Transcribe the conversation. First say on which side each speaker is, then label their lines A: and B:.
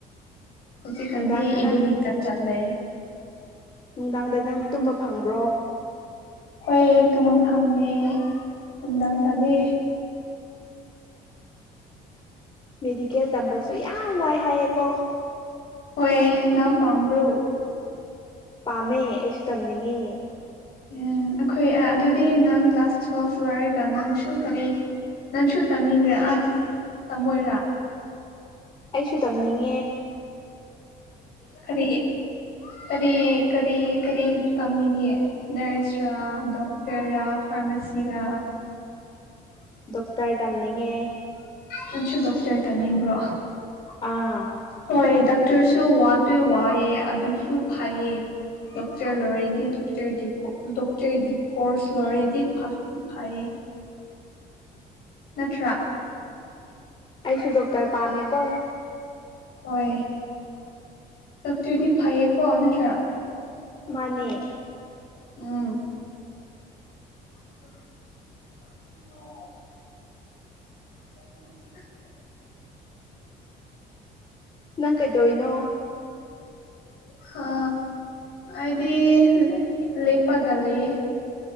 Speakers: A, on the left; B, on the left.
A: ꯍꯧꯖꯤ ꯀꯟꯗꯤ
B: ꯅꯨꯡꯗꯥꯡꯗ
A: ꯏꯕꯅꯤ
B: ꯅꯪ
A: ꯏꯇ ꯆꯠꯂꯦ
B: ꯅꯨꯡꯗꯥꯡꯗ ꯅꯪ ꯇꯨꯝꯕ ꯐꯪꯕ꯭ꯔꯣ
A: ꯍꯣꯏ ꯇꯨꯝꯃ ꯐꯝꯃꯦ ꯅꯨꯡꯗꯥꯡ ꯇꯗꯤ
B: ꯃꯦꯗꯤꯀꯦꯜ ꯇꯝꯕꯁꯨ ꯌꯥꯝ ꯋꯥꯏ ꯍꯥꯏꯌꯦꯀꯣ
A: ꯍꯣꯏ ꯅꯥꯝ ꯄꯥꯝꯕ꯭ꯔꯣ
B: ꯄꯥꯝꯃꯦ ꯑꯩꯁꯨ ꯇꯝꯅꯤꯡꯉꯦ
A: ꯎꯝ ꯑꯩꯈꯣꯏ ꯑꯥ ꯑꯗꯨꯗꯤ ꯅꯪ ꯀ꯭ꯂꯥꯁ ꯇꯨꯌꯦꯜꯐ ꯂꯣꯏꯔꯒ ꯅꯪꯁꯨ ꯀꯔꯤ ꯅꯪꯁꯨ ꯇꯝꯅꯤꯡꯕ꯭ꯔ ꯑꯥ ꯇꯝꯃꯣꯏꯔꯥ
B: ꯑꯩꯁꯨ ꯇꯝꯅꯤꯡꯂꯦ
A: ꯀꯔꯤ ꯀꯔꯤ ꯀꯔꯤ ꯀꯔꯤ ꯇꯝꯅꯤꯡꯉꯌꯦ ꯅꯔꯁꯔ ꯗꯣꯛꯇꯔꯥ ꯐꯥꯔꯃꯥꯁꯤꯔ
B: ꯗꯣꯛꯇꯔ ꯇꯝꯅꯤꯡꯉꯦ
A: ꯅꯁꯨ ꯗꯣꯛꯇꯔ ꯇꯥꯅꯦꯕ꯭ꯔꯣ
B: ꯑꯥ
A: ꯍꯣꯏ ꯗꯥꯛꯇꯔꯁꯨ ꯋꯥꯗꯣꯏ ꯋꯥꯑꯦ ꯑꯗꯨꯁꯨ ꯐꯩꯌꯦ ꯗꯣꯛꯇꯔ ꯂꯣꯏꯔꯗꯤ ꯗꯣꯛꯇꯗꯤꯀꯣ ꯗꯣꯛꯇꯔꯒꯤ ꯀꯣꯔꯁ ꯂꯣꯏꯔꯗꯤ ꯐꯥꯁꯇꯤ ꯐꯥꯏꯌꯦ ꯅꯠꯇ꯭ꯔꯥ
B: ꯑꯩꯁꯨ ꯗꯣꯛꯇꯔ ꯄꯥꯝꯃꯦꯀꯣ
A: ꯍꯣꯏ ꯗꯣꯛꯇꯔꯗꯤ ꯐꯩꯌꯦꯀꯣ ꯅꯠꯇ꯭ꯔꯥ
B: ꯃꯥꯅꯦ
A: ꯎꯝ ꯑꯣ <inaudible>
B: ꯅꯪ ꯀꯩꯗꯧ ꯏꯅꯣ
A: ꯍꯥ ꯑꯩꯗꯤ ꯂꯦꯄꯄꯒ ꯂꯩꯌꯦ